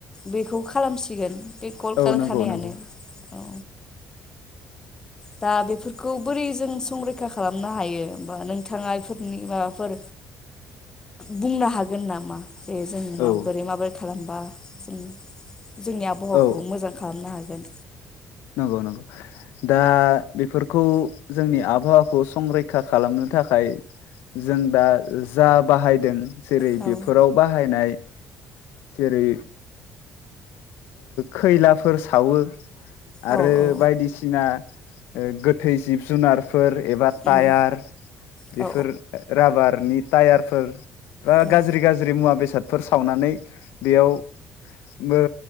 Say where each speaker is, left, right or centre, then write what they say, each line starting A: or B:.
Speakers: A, on the left (about 15°); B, on the left (about 80°).
A: बेखौ खालामसिगोन। बे कलकारखानायानो।
B: औ नंगौ नंगौ
A: औ दा बेफोरखौ बोरै जों संरैखा खालामनो हायो हबा नोंथाङा बेफोरनि माबाफोर बुंनो हागोन नामा? दे जों
B: औ
A: माबोरै माबोरै खालामबा <unintelligible> जोंनि आबहावाखौ
B: औ
A: मोजां खालामनो हागोन।
B: नंगौ नंगौ दा बेफोरखौ जोंनि आबहावाखौ संरैखा खालामनो थाखाय जों दा जा बाहायदों जेरै
A: औ
B: बेफोराव बाहायनाय जेरै खैलाफोर सावो आरो
A: औ औ
B: बायदिसिना गोथै जिब जुनार फोर एबा टायार
A: उम औ
B: बेफोर राबार फोरनि टायारफोर बा
A: उम
B: गाज्रि गाज्रि मुवा बेसाद फोर सावनानै बेयाव ओ